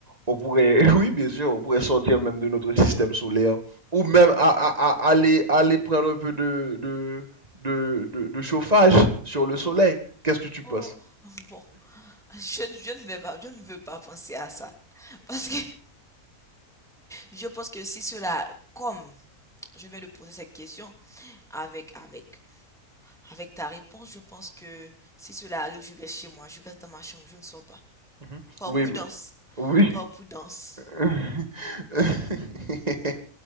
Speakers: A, on the right; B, in the centre.
A: on pourrait, <laughs> oui, bien sûr, on pourrait sortir même de notre système solaire, ou même à, à- à- aller, aller prendre un peu de, de, de, de- de chauffage sur le soleil.
B: Oh,
A: Qu'est-ce que tu
B: oh,
A: penses?
B: bon. <laughs> Je, je ne vais pas, je ne veux pas penser à ça. Parce que je pense que si cela, comme je viens de poser cette question avec, avec, avec ta réponse, je pense que si cela arrive, je reste chez moi, je reste dans ma chambre, je ne sors pas.
A: Mhm.
B: Par
A: Oui,
B: prudence.
A: bah, oui.
B: Par prudence.
A: <laughs>